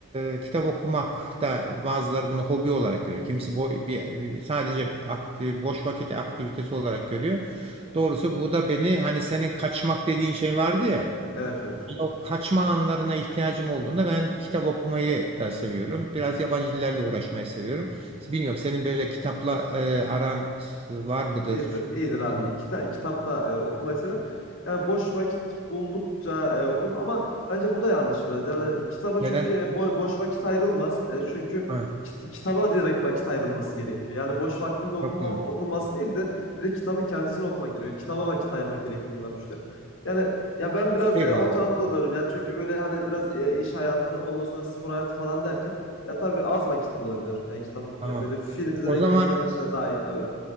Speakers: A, on the right (about 30°); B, on the left (about 65°).
A: e, kitap okumak da bazıları bunu hobi olarak görüyor. Kimisi bo- bir, bir- sadece akti- boş vakit aktivitesi olarak görüyor. Doğrusu bu da beni hani senin kaçmak dediğin şey vardı ya.
B: Evet evet.
A: Hani o kaçma anlarına ihtiyacım olduğunda ben kitap okumayı da seviyorum.
B: Hı hı.
A: Biraz yabancı dillerle uğraşmayı seviyorum. Bilmiyorum senin böyle kitapla e, aran var mıdır?
B: İyidir, iyidir abi.
A: Olur mu?
B: Kita kitapta e, okumayı severim. Yani boş vakit buldukça e, okurum ama bence bu da yanlış biraz. Yani kitaba
A: Neden?
B: çünkü e, bo- boş vakit ayrılmaz. E, çünkü
A: Ha,
B: kit- kitaba direkt vakit ayrılması gerekiyor. Yani boş vaktinde okuma
A: çok güzel.
B: okunması değil de direkt kitabın kendisini okumak gerekiyor. Kitaba vakit ayırmak gerektiğini ben düşünüyorum. Yani ya ben biraz
A: Eyvallah.
B: e, o tarafta oluyorum. Yani çünkü böyle hani biraz e, iş hayatı, ondan sonra spor hayatı falan derken ya tabii az vakit bulabilir. Yani kitap okumaya
A: Tamam.
B: böyle film izlemek
A: O zaman
B: de bunların içine dahil tabii.